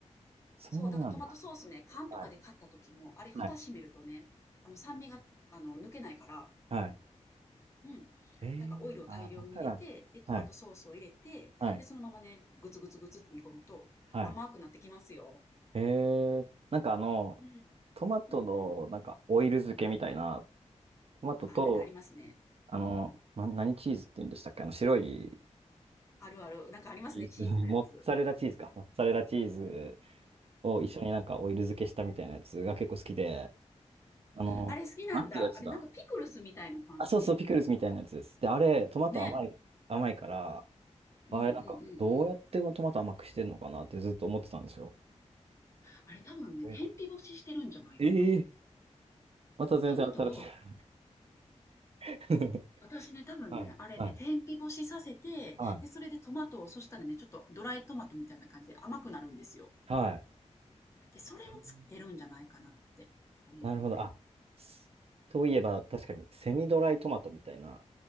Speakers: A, on the right (about 55°); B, on the left (about 25°).
A: そうなんだ。
B: そう、だからトマトソースね、缶とかで買った時も、
A: はい。
B: あれ蓋閉めるとね、
A: はい。
B: あの酸味が、あの、抜けないから、
A: はい。
B: うん。
A: ええああー、
B: だからオイルを大量に入れて、
A: だから、
B: で、トマトソースを入れて、
A: はい。はい。
B: で、そのままね、グツグツグツって煮込むと甘くなってきますよ。
A: はい。ええなんかあの、
B: うん。
A: トマトの、
B: うんうん。
A: なんか、オイル漬けみたいな、トマトと、
B: あ、なんかありますね。
A: あの、
B: うんうん。
A: な、何チーズって言うんでしたっけあの、白い
B: あるある。なんかありますね、
A: チーズ、
B: チーズのやつ。
A: <laughs> モッツァレラチーズか。モッツァレラチーズ
B: うん。
A: を一緒になんかオイル漬けしたみたいなやつが結構好きで、
B: うん。
A: あの、
B: あれ好きなんだ。
A: なんていうやつだ。
B: あれなんかピクルスみたいな感じ
A: あ、そうそう、ピクルスみたいなやつです。で、あれ、トマト甘い、
B: ね。
A: 甘いから、
B: うんうんうんう
A: あれ、なんか、どうやってトマト甘くしてるのかなってずっと思ってたんですよ。
B: ん。あれ多分ね、
A: どういうこと
B: 天日干ししてるんじゃないかな。
A: ええまた全然新しい。
B: タモトを
A: <laughs>
B: 私ね、多分ね、
A: はい、
B: あれね、
A: はい、
B: 天日干しさせて、
A: はい。
B: で、それでトマトを、そしたらね、ちょっとドライトマトみたいな感じで甘くなるんですよ。
A: はい。
B: で、それをつけてるんじゃないかなって思うのね。
A: えーなるほど。あ、s- といえば、確かに、セミドライトマトみたいな、